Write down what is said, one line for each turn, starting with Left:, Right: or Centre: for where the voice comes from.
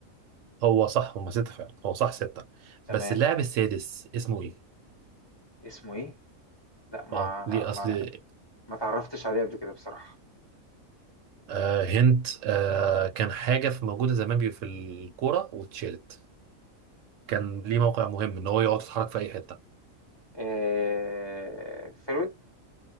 Right: هو صح هما ستة فعلا هو صح ستة
Left: تمام
Right: بس اللاعب السادس اسمه إيه؟
Left: اسمه ايه لا ما
Right: أه ليه
Left: ما
Right: أصل
Left: ما تعرفتش عليه قبل كده بصراحه
Right: آه هنت آه كان حاجة في موجودة زمان بي- في الكورة واتشالت كان ليه موقع مهم إن هو يقعد يتحرك في أي حتة
Left: آه... فرويد